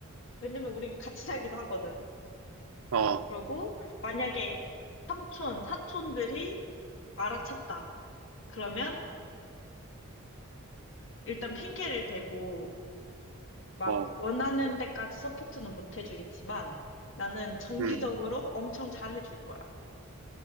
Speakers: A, on the left; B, on the right.
A: 왜냐면 우린 같이 살기도 하거든.
B: 어,
A: 그러고 만약에 삼촌, 사촌들이 알아챘다. 그러면 일단 핑계를 대고 막
B: 어,
A: 원하는 데까지 서포트는 못 해주겠지만 나는 정기적으로
B: 음,
A: 엄청 잘 해줄 거야.